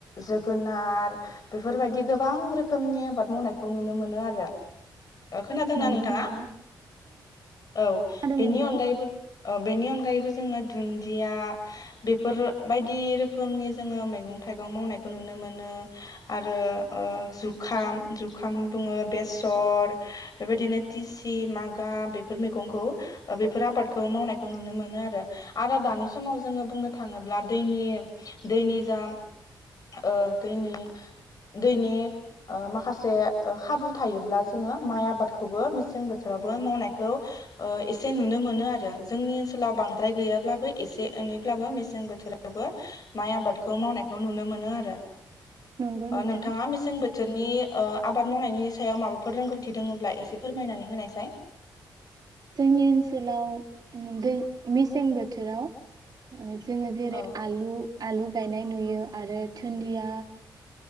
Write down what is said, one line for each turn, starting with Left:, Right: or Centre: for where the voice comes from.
Left: जोगोनार बेफोरबायदि गोबां रोख खोमनि आबाद मावनायखौ नुनो मोनो आरो ओ खोनादोंना
Right: नंगौ
Left: नोंथाङा
Right: नोंथां
Left: औ
Right: खोनादों
Left: बेनि
Right: नोंथां
Left: अनगायैबो ओ बेनि अनगायैबो जोङो दुुनदिया बेफोर बायदि रोखोमनि जोङो मैगं थाइगं मावनायखौ नुनो मोनो आरो ओ जु जुखाम जुखाम बुङो बेसर बेबायदिनो टिसि मागा बेफोर मैगंखौ बेफोर आबादखौ मावनायखौ नुनो मोनो आरो आरो दानि समाव जोङो बुंनो थाङोब्ला दैनि दैनि जा ओ दैनि दैनि ओ माखासे खाबु थायोब्ला जोङो माइ आबादखौबो मेसें बोथोरावबो मावनायखौ ओ एसे नुनो मोनो आरो जोंनि ओनसोलाव बांद्राय गैयाब्लाबो एसे एनैब्लाबो मेसें बोथोरावबो माइ आबादखौ मावनायखौ नुनो मोनो आरो
Right: नंगौ
Left: ओ
Right: नोंथां
Left: नोंथाङा मेसें बो बे ओ आबाद मावनायनि सायाव माबाफोर रोंगौथि दङब्ला एसे फोरमायनानै होनायसाय
Right: जोंनि ओनसोलाव ओ दै मेसें बोथोराव ओ जोङो जेरै
Left: औ
Right: आलु आलु गायनाय नुयो आरो थुन्दिया